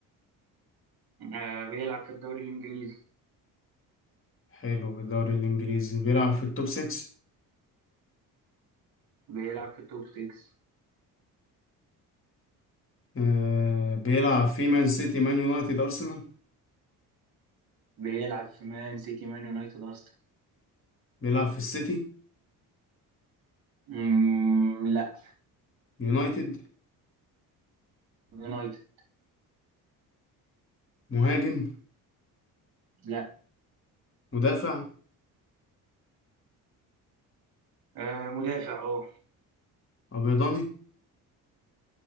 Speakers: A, on the right; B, on the left.
A: آه، بيلعب في الدوري الإنجليزي
B: حلو في الدوري الإنجليزي بيلعب في التوب سكس
A: بيلعب في التوب 6
B: آه، بيلعب في مان سيتي مان يونايتد أرسنال
A: بيلعب في مان سيتي مان يونايتد أرسنال
B: بيلعب في السيتي
A: مم، لا
B: يونايتد
A: يونايتد
B: مهاجم
A: لا
B: مدافع
A: آه، مدافع اه
B: أبيضاني